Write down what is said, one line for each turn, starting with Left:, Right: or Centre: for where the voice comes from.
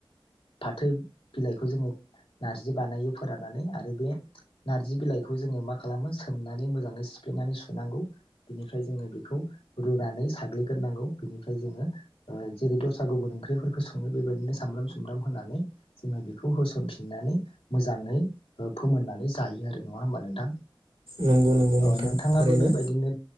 Left: फाथो बिलाइ खौ जोङो नारजि बानायो फोराननानै आरो बे नारजि बिलायखौ जोङो मा खालामो सोमनानै मोजाङै सिफ्लेनानै सुनांगौ बिनिफ्राय जोङो बिखौ रुनानै साग्लिगोरनांगौ बिनिफ्राय जोङो ओ जेरै दसरा गुबुन ओंख्रि फोरखौ संङो सामब्राम सुमब्राम होनानै जोङो खौ होसनफिननानै मोजाङै ओ फोमोननानै जायो आरो नङा होमबा नोंथां।
Right: नंगौ नंगौ
Left: अ
Right: नोंथां
Left: नोंथाङाबो
Right: थारैनो
Left: बेबायदिनो